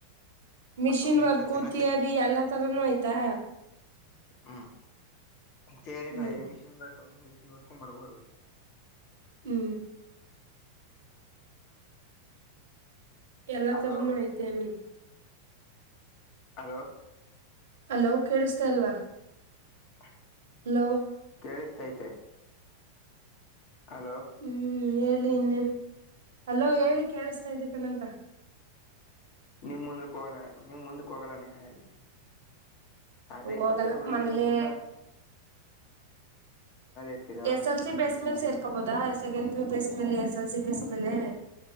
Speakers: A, on the right; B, on the left.
A: ಮಿಷಿನ್
B: ಒಂದ್
A: ವರ್ಕು
B: ಇಪ್ಪತ್ ಜನ
A: ಥಿಯರಿ
B: ಸೇರ್
A: ಎಲ್ಲ ತರಾನೂ ಆಯ್ತಾ
B: ಹ್ಮ್ ಸೇರಿ
A: ಹ್ಮ್
B: ನಾ ಮಿಷಿನ್ ಬ ಮಿಷಿನ್ತ ಮಾಡ್ಬಹುದು
A: ಹ್ಮ್ ಎಲ್ಲ
B: ಹಲೋ
A: ತರನುೂ ಐತೆ ಅಲ್ಲಿ
B: ಹಲೋ
A: ಅಲೋ ಕೇಳಿಸತಾ ಇಲ್ವಾ
B: <inaudible>
A: ಹಲೋ
B: ಕೇಳಿಸ್ತೈತೆ ಹಲೋ
A: ಹ್ಮ್ ಹೇಳಿ ಇನ್ನನ್ ಅಲ್ಲೋ ಹೇಳಿ ಕೇಳಿಸತಾ ಇದೆ ಕಣ್ಣಂತ
B: ನಿಮ್ ಮುಂದಕ್ ಹೋಗಲ್ಲ ನಿಮ್ ಮುಂದಕ್ ಹೋಗಲಾನ ಕಾಲಲ್ಲಿ ಅದೆ ಇಪ್ಪತ್ತು
A: ಹೋಗಲ್ಲ
B: ಜನ ಹುಡುಗಿರ
A: ಮನೇಲೆ
B: ಬಂದವ್ರ ಇರ್ತೀರಾ
A: ಎಸ್ ಎಲ್ ಸಿ ಬೇಸ್ ಮೇಲೆ ಸೇರ್ಕೋಬಹುದಾ ಸೆಕೆಂಡ್ ಪೂ ಬಸ್ ಮೇಲೆ ಎಸ್ ಎಲ್ ಸಿ ಬಸ್ ಮೇಲೆ